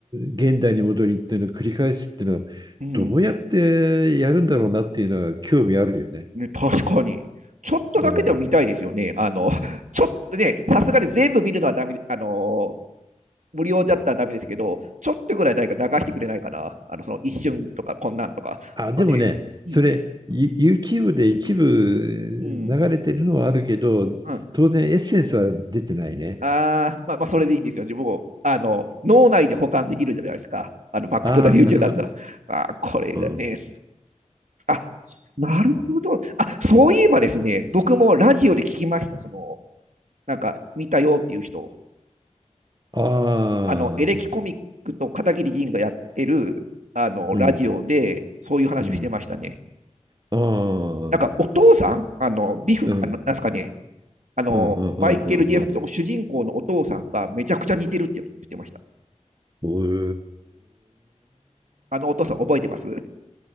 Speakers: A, on the right; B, on the right.
A: 現代に戻りっていうのを繰り返すっていうのは、
B: うん、
A: どうやってやるんだろうなっていうのは興味あるよね。
B: ね、確かに。ちょっとだけでも見たいですよね。
A: うん。
B: あの、ちょっとね、さすがに全部見るのはダメ、あの、無料だったらダメですけど、ちょっとぐらい誰か流してくれないかな。あの、その一瞬とか、こんなんとか。
A: あ、
B: なんかね、
A: でもね、それ、
B: うん、
A: ユ YouTube で一部流れてるのはあるけど、
B: うん。うん
A: 当然エッセンスは出てないね。
B: あまあ、まあ、それでいいんですよ。でもあの、脳内で保管できるじゃないですか。あの、バックトゥザフューチャーだったら。
A: ああ、なるほど。
B: あこれがね、
A: うん。
B: あ、なるほど。あ、そういえばですね、僕もラジオで聞きました。その、なんか、見たよっていう人。
A: ああ、
B: あの、エレキコミックと片桐仁がやってる、あの、
A: うん、
B: ラジオで、そういう話をしてましたね。
A: うん。ああ、
B: なんか、
A: う
B: お父さんあの、ビフ、
A: ん、うん、
B: あの、なんすかね、あの、
A: うん、うん、うん。
B: マイケル・ジェフと主人公のお父さんがめちゃくちゃ似てるって言ってました。
A: うん。おー
B: あのお父さん覚えてます